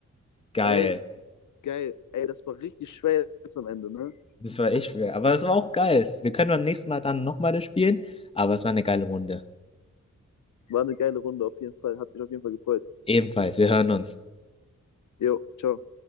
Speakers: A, on the left; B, on the left.
A: Geil.
B: Ey, geil. Ey, das war richtig schwer jetzt am Ende, ne?
A: Das war echt schwer. Aber es war auch geil. Wir können beim nächsten Mal dann nochmal das spielen. Aber es war eine geile Runde.
B: War eine geile Runde auf jeden Fall. Hat mich auf jeden Fall gefreut.
A: Ebenfalls. Wir hören uns.
B: Jo, ciao.